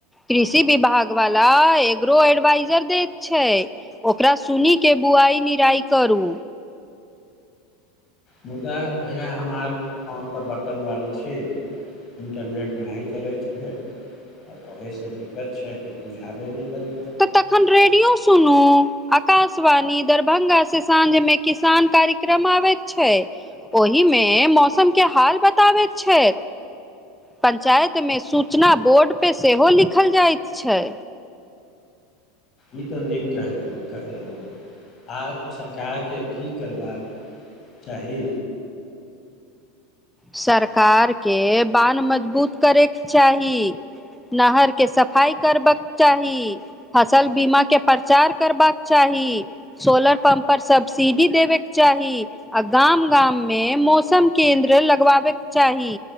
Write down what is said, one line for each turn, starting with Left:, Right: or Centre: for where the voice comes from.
Centre: कृषि विभाग वाला एग्रो एडवाइजर दैत छै ओकरा सुनी के बुआइ निराइ करू
Left: मुदा भैया हम आर फोन तऽ बटन बालैत छी इन्टरनेट नहि चलै छै आब ओहीसँ दिक्कत छै किछु बुझाबे नहि करै लए
Centre: तऽ तखन
Left: करै
Centre: रेडियो
Left: छै।
Centre: सुनू आकाशवाणी दरभंगा से साँझ मे किसान कार्यक्रम आबे छै ओहिमे मौसम के हाल बताबैत छै पंचायतमे सूचना बोर्डपर सेहो लिखल जाइत छै
Left: ई तऽ नीक कह कह आ सरकारके की करबाक चाही
Centre: सरकारके बांध मजबूत करयैक‌ चाही नहर के सफाइ करबक चाही फसल बीमाके प्रचार करबाक चाही सोलर पम्प पर सब्सिडी देबेके चाहि आ गाम गाम मे मौसम केंन्द्र लग लगवाबेके चाही